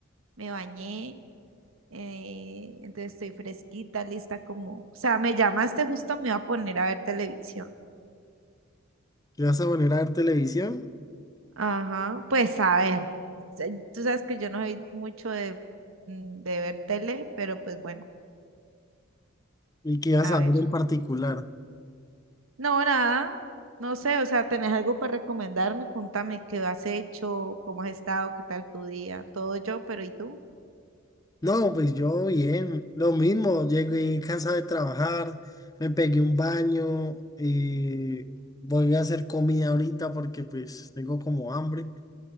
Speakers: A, on the right; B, on the left.
A: Me bañé, eh, entonces estoy fresquita, lista como... O sea, me llamaste justo, me iba a poner a ver televisión.
B: ¿te vas a poner a ver televisión?
A: Ajá, pues a ver. se- Tú sabes que yo no soy mucho de, mm, de ver tele, pero pues bueno,
B: ¿Y qué vas
A: a
B: a
A: ver.
B: ver en particular?
A: No, nada, no sé, o sea, ¿tenés algo para recomendarme? Contame qué has hecho, cómo has estado, qué tal tu día, todo yo, pero ¿y tú?
B: No, pues yo bien, lo mismo, llegué cansado de trabajar, me pegué un baño, eh, voy a hacer comida ahorita porque pues tengo como hambre.